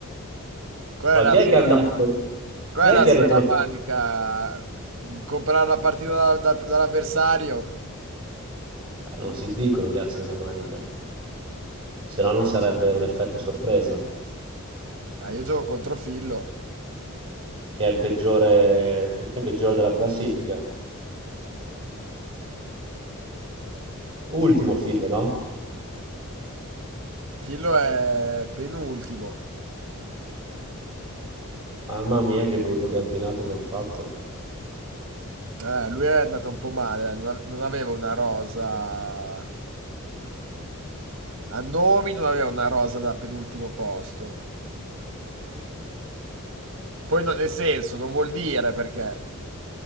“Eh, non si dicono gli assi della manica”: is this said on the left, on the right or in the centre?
Right